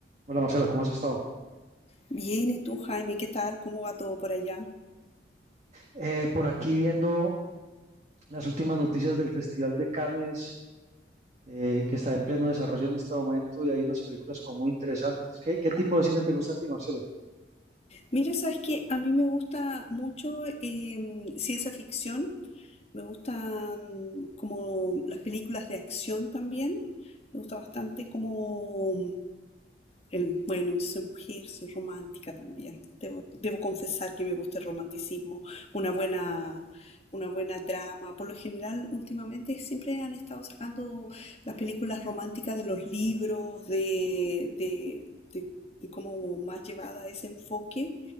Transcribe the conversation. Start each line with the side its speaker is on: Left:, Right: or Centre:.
Right: Hola Marcela, ¿cómo has estado?
Left: Bien, ¿y tú, Jaime? ¿Qué tal? ¿Cómo va todo por allá?
Right: Eh, por aquí viendo las últimas noticias del Festival de Cannes, eh, que está en pleno desarrollo en este momento y hay unas películas como muy interesantes. ¿Qué, qué tipo de cine te gusta a ti, Marcela?
Left: Mira, sabes que a mí me gusta mucho eh, ciencia ficción, me gustan como las películas de acción también, me gusta bastante como El- bueno, yo soy mujer, soy romántica también. Debo, debo confesar que me gusta el romanticismo, una buena, una buena trama. Por lo general, últimamente siempre han estado sacando las películas románticas de los libros, de, de, de, de cómo más llevada a ese enfoque.